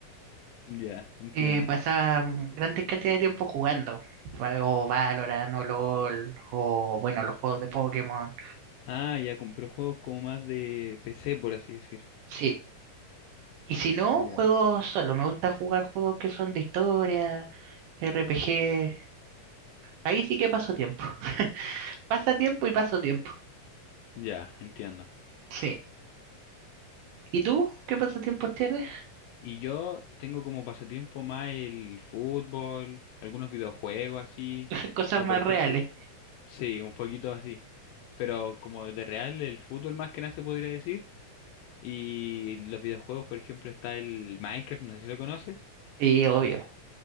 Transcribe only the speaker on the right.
Eh, pasaba grandes cantidades de tiempo jugando, va- o Valorant, o LOL, o bueno, los juegos de Pokémon.
Sí, y si no,
juego solo, me gusta jugar juegos que son de historia, RPG, ahí sí que paso tiempo. <laughs> Pasa tiempo y paso tiempo,
sí. ¿Y tú qué pasatiempos tienes?
<laughs> Cosas
más
reales.
Sí, obvio,